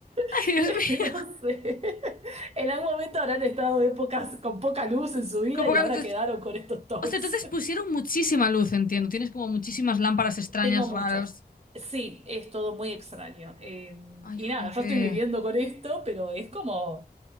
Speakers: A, on the left (about 55°); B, on the right (about 35°).
A: Ay,
B: <laughs>
A: Dios mío.
B: no sé, en algún momento habrán estado épocas con poca luz en su vida
A: Con pocas
B: y ahora
A: luces-
B: quedaron con estos toques
A: O sea, entonces pusieron muchísima luz, entiendo. Tienes como muchísimas lámparas
B: <laughs>
A: extrañas,
B: Tengo muchos.
A: raros.
B: Sí, es todo muy extraño. Eh,
A: Ay,
B: y
A: jope.
B: nada, yo estoy viviendo con esto, pero es como,